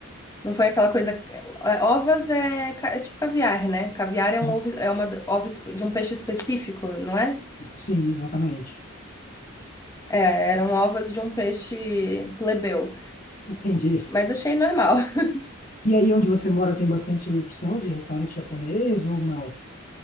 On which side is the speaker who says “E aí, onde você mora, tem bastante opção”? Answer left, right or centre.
Left